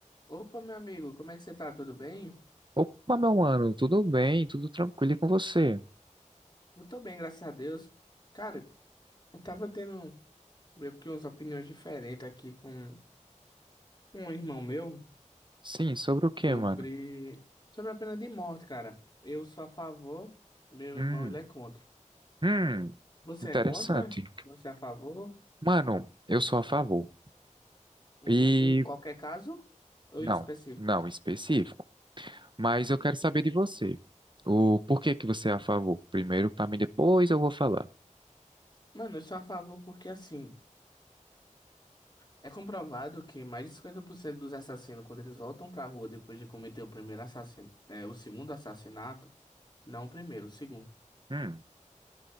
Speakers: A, on the left; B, on the right.
A: Opa, meu amigo, como é que você tá? Tudo bem?
B: Opa, meu mano, tudo bem? Tudo tranquilo e com você?
A: Eu tô bem, graças a Deus. Cara, eu tava tendo meio que umas opiniões diferentes aqui com um irmão meu
B: Sim, sobre o que,
A: sobre,
B: mano?
A: sobre a pena de morte, cara. Eu sou a favor, meu
B: Hum,
A: irmão ele é contra.
B: hum,
A: Você
B: interessante.
A: é contra? Você é a favor?
B: Mano, eu sou a favor.
A: Uhum.
B: E
A: Em qualquer caso ou
B: não,
A: em específico?
B: não específico, mas eu quero saber de você. O porquê que você é a favor? Primeiro para mim, depois eu vou falar.
A: Mano, eu sou a favor porque assim, é comprovado que mais de 50% dos assassinos, quando eles voltam pra rua depois de cometer o primeiro assassino, é, o segundo assassinato, Não o primeiro, o segundo.
B: Hum,